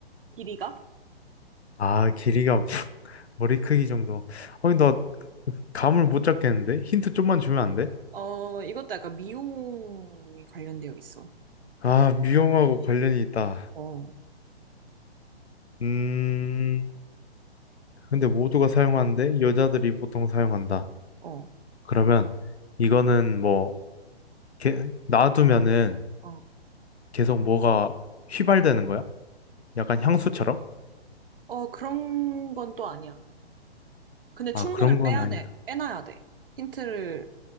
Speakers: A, on the right; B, on the left.
A: 길이가?
B: 아, 길이가 <laughs> 머리 크기 정도. 아니, 나 감을 못 잡겠는데? 힌트 좀만 주면 안 돼?
A: 어, 이것도 약간 미용이 관련되어 있어.
B: 아, 미용하고 관련이 있다.
A: 어.
B: 음, 근데 모두가 사용하는데 여자들이 보통 사용한다.
A: 어,
B: 그러면 이거는 뭐 게, 놔두면은
A: 어.
B: 계속 뭐가 휘발되는 거야? 약간 향수처럼?
A: 어, 그런 건 또 아니야. 근데 충전을
B: 아, 그런 건
A: 빼야
B: 아니다.
A: 돼, 빼놔야 돼. 힌트를